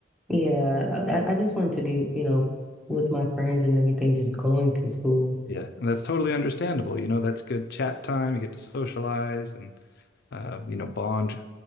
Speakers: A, in the centre; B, on the left (about 55°).
A: Yeah, I, I I just wanted to be, you know, with my friends and everything, just going to school.
B: Yeah, and that's totally understandable. You know, that's good chat time. You get to socialize and uh, you know, bond,